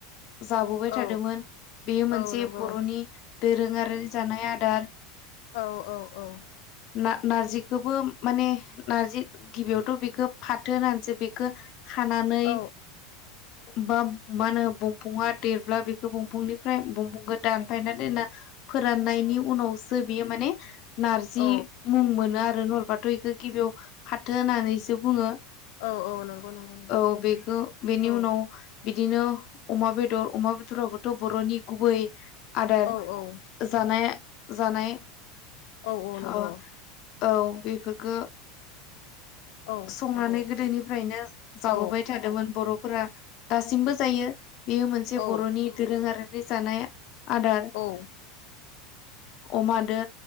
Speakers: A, on the left (about 50°); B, on the left (about 70°).
A: जाबोबाय
B: औ
A: थादोंमोन बेयो मोनसे
B: औ नंगौ
A: बर'नि दोरोङारि जानाय आदार
B: औ-औ-औ
A: ना नार्जिखौबो माने नारजि गिबियावथ' बेखौ फाथो होननानैसो बेखो खानानै
B: औ
A: बा मा होनो बंफाङा देरब्ला बेखौ बंफांनिफ्राय बंफांखौ दानफायना दोना फोराननायनि उनावसो बियो माने नारजि
B: औ
A: मुं मोनो आरो नलबाथ' बेखौ गिबियाव फाथो होननानैसो बुङो
B: औ औ नंगौ नंगौ नोंथां
A: औ बेखौ बेनि
B: औ
A: उनाव बिदिनो अमा बेदर अमा बेदरावबोथ' बर'नि गुबै आदार
B: औ औ
A: जानाय जानाय
B: औ-औ नंगौ
A: ओ औ बेफोरखो
B: औ
A: संनानै
B: नंगौ
A: गोदोनिफ्रायनो जाबोबाय
B: औ
A: थादोंमोन बर'फोरा दासिमबो जायो बेयो मोनसे
B: औ
A: बर'नि दोरोङारि जानाय आदार
B: ओ नंगौ
A: अमादो